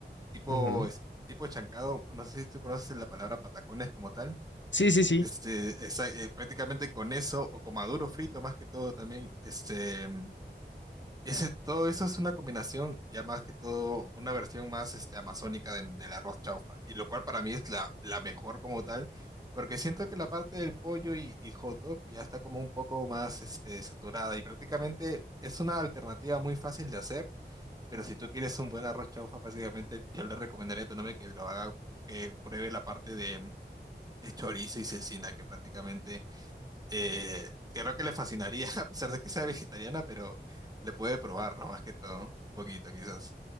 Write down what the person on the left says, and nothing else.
ujú.
Sí, sí, sí.